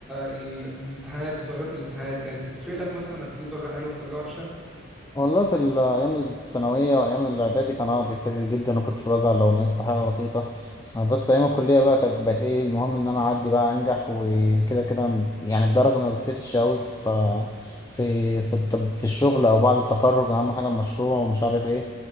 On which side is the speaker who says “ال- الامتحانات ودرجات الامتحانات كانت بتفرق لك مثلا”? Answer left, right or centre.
Centre